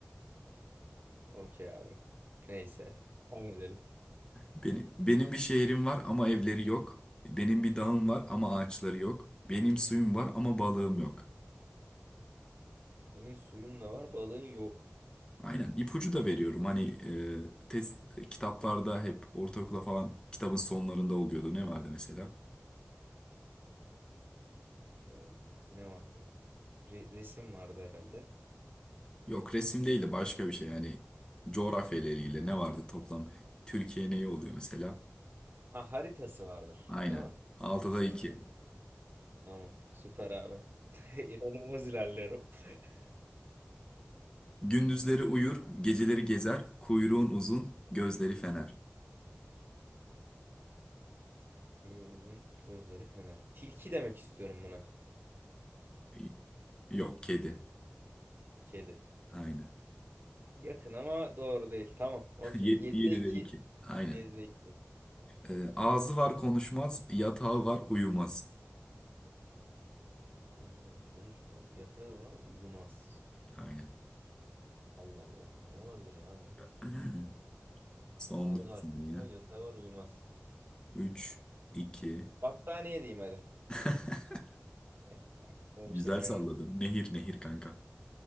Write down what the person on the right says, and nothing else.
Okey abi. Neyse. Devam edelim.
Senin suyun da var, balığın yok.
Ah, Ne vardı? Re- resim vardı herhalde.
Ha haritası vardır,
değil mi?
Haritası
vardı. Tamam, süper abi. <laughs> İnanılmaz ilerliyorum. <laughs>
Kuyruğu uzun, gözleri fener. Tilki demek istiyorum buna.
Kedi.
Yakın ama doğru değil. Tamam, okey.
7'de 2.
7'de 2.
Ağzı var, konuşmaz. Yatağı var, uyumaz.
Allah Allah. Ne olabilir ya bu?
Ağzı
arpa
yatağı var uyumaz.
Battaniye diyeyim hadi.
Ya, aklıma
bir şey gelmedi.